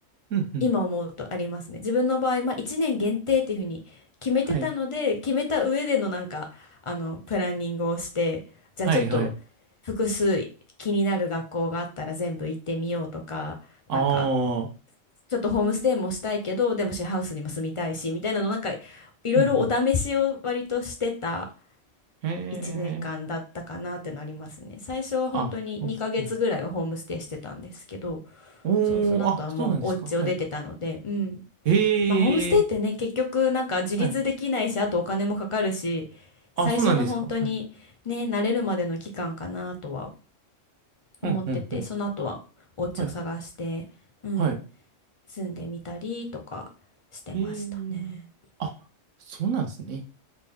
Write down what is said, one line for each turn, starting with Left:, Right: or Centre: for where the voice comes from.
Right: うん、うん。
Left: 今思うとありますね。自分の場合、まあ、1年限定っていうふうに決めてたので、
Right: はい。
Left: 決めた上でのなんか、あの、プランニングをして、じゃあちょっと
Right: はい、はい。
Left: 複数気になる学校があったら全部行ってみようとか、
Right: あ
Left: なんか、
Right: あ。
Left: ちょっとホームステイもしたいけど、でもシェアハウスにも住みたいし、みたいなの、なんか、いろいろお試しを割としてた
Right: うん、うん。へ
Left: 1年間だったかなってのありますね。
Right: え。
Left: 最初は本当に2ヶ月ぐらいはホームステイしてたんですけど、
Right: あ、うん、うん。
Left: そう、その後はもうお家を出てたので、
Right: おー、あ、そうなんですか。はい。
Left: うん。
Right: へえ。
Left: まあ、ホームステイってね、結局なんか自立できないし、
Right: はい。
Left: あとお金もかかるし、
Right: あ、
Left: 最初の本当にね、
Right: そうなんですか。はい。
Left: 慣れるまでの期間かなとは
Right: うん、
Left: 思ってて、
Right: うん、うん。
Left: その後はお家を探して、
Right: はい。
Left: うん、
Right: はい。
Left: 住んでみたりとかしてましたね。
Right: へえ。あ、そうなんですね。